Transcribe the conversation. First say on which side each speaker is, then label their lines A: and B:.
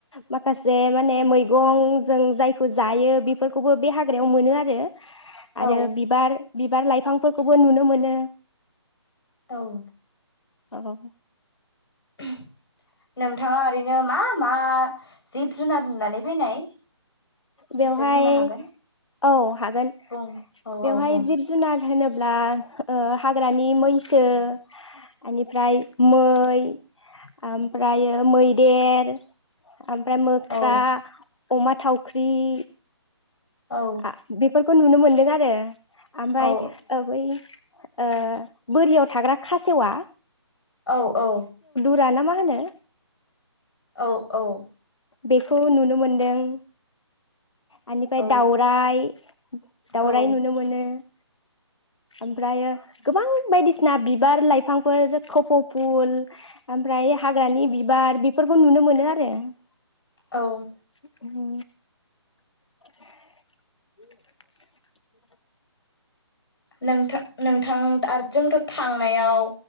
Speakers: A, on the left (about 80°); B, on the left (about 55°).
A: माखासे माने मैगं जों जायखौ जायो बिफ फोरखौबो बे हाग्रायाव मोनो आरो। आरो
B: औ
A: बिबार बिबार लाइफांफोरखौबो नुनो मोनो।
B: औ
A: अह
B: उम नोंथाङा ओरैनो मा मा जिब जुनार नुनानै फैनाय
A: बेवहाय
B: एसे बुंनो हागोन
A: औ हागोन
B: बुं औ
A: बेवहाय
B: औ बुं
A: जिब जुनार होनोबा ब्ला ओ हाग्रानि मैसो आनिफ्राय मै ओमफ्रायो मैदेर ओमफ्राय मोख्रा
B: औ
A: अमा थाव फुख्रि
B: औ
A: आ बेफोर बेखौ नुनो मोन्दों आरो ओमफ्राय
B: औ
A: ओ बैयो बोरियाव थाग्रा खासेवा
B: औ औ
A: दाना मा होनो
B: औ औ
A: बेखौ नुनो मोनदों। बेनिफ्राय
B: औ
A: दाउराइ दाउराइ
B: औ
A: नुनो मोनो। <inaudible> ओमफ्रायो गोबां बायदिसिना बिबार लाइफांफोर खफ फुल ओमफ्राय हाग्रानि बिबार बेफोरखौ नुनो मोनो आरो। उम
B: औ
A: <inaudible>
B: नोंथां नोंथां आरो जोंथ' थांनायाव